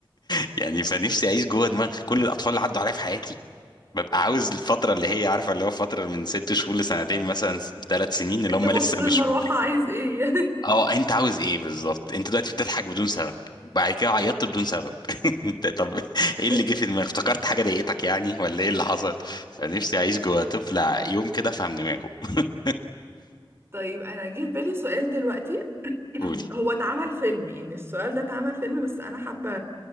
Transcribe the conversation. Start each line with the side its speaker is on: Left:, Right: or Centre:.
Left: <laughs> يعني فنفسي اعيش جوه دماغ كل الاطفال اللي عدوا عليها في حياتي ببقى عاوز الفترة اللي هي عارفة اللي هو فترة من ست شهور لسنتين مثلا ثلاث سنين اللي
Right: انت
Left: هم
Right: باصص
Left: لسه
Right: للمروحة
Left: مش مدركين
Right: عايز ايه
Left: اه انت عاوز ايه بالظبط انت دلوقتي بتضحك بدون سبب بعد كده عيطت بدون سبب <laughs> انت طب ايه
Right: <laughs>
Left: اللي جه في دماغك افتكرت حاجه ضايقتك يعني ولا ايه اللي حصل فنفسي اعيش جوه طفل ع- يوم كده افهم دماغه <laughs>
Right: طيب انا جه في بالي سؤال دلوقتي <clears throat>
Left: قولي
Right: هو اتعمل فيلم يعني السؤال ده اتعمل فيلم بس انا حابة